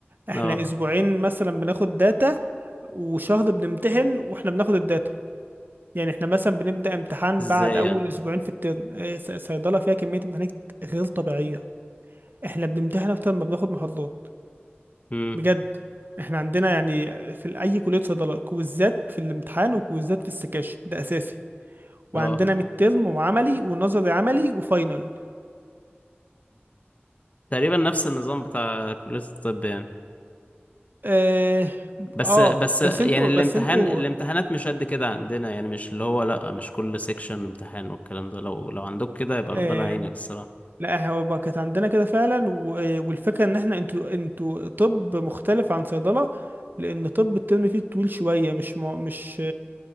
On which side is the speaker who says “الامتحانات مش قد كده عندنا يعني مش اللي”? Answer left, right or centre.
Left